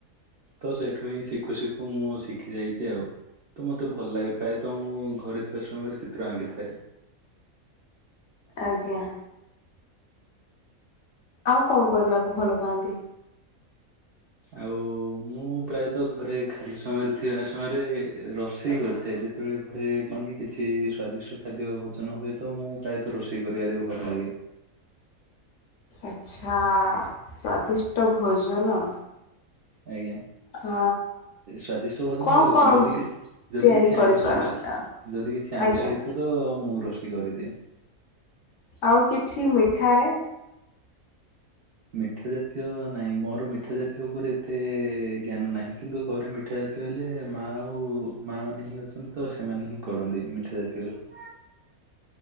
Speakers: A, on the right (about 65°); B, on the left (about 65°).
A: ତ ସେଠୁ ହିଁ ଶିଖୁ ଶିଖୁ ମୁଁ ଶିଖି ଯାଇଛି ଆଉ। ତ ମୋତେ ଭଲ ଲାଗେ ପ୍ରାୟତଃ ମୁଁ ଘରେ ଥିବା ସମୟରେ ଚିତ୍ର ଆଙ୍କିଥାଏ।
B: ଆଜ୍ଞା। ଆଉ କଣ କରିବାକୁ ଭଲ ପାଆନ୍ତି?
A: ଆଉ ମୁଁ ପ୍ରାୟତଃ ଘରେ ଖାଲି ସମୟରେ ଥିବା ସମୟରେ ରୋଷେଇ କରିଥାଏ ଯେ ସେତେବେଳେ ଘରେ କଣ କି କିଛି ସ୍ଵାଦିଷ୍ଟ ଖାଦ୍ୟ ଭୋଜନ ହୁଏ ତ ମୁଁ ପ୍ରାୟତଃ ରୋଷେଇ କରିବାରେ ଭଲ ଲାଗେ।
B: ଆଚ୍ଛା ସ୍ବାଦିଷ୍ଟ ଭୋଜନ।
A: ଆଜ୍ଞା।
B: ଆ
A: ସ୍ଵାଦିଷ୍ଟ ଭୋଜନ
B: କଣ
A: କହିଲୋକ
B: କଣ
A: ଯଦି କିଛି ଯଦି
B: ତିଆରି
A: କିଛି
B: କରିପାରନ୍ତି
A: ଆମିଷ ରୋଷେଇ
B: ଆ
A: ଯଦି କିଛି ଆମିଷ
B: ଆଜ୍ଞା।
A: ହେଇଥିବ ତ ମୁଁ ରୋଷେଇ କରିଦିଏ।
B: ଆଉ କିଛି ମିଠାରେ?
A: ମିଠା ଜାତୀୟ ନାହିଁ ମୋର ମିଠା ଜାତୀୟ ଉପରେ ଏତେ ଜ୍ଞାନ ନାହିଁ କିନ୍ତୁ ଘରେ ମିଠା ଜ- ଯେତେହଲେ ମା ଆଉ ମାଆ ମାନ ହିଁ ଅଛନ୍ତି ତ ସେମାନେ ହିଁ କରନ୍ତି ମିଠା ଜାତୀୟ କଥା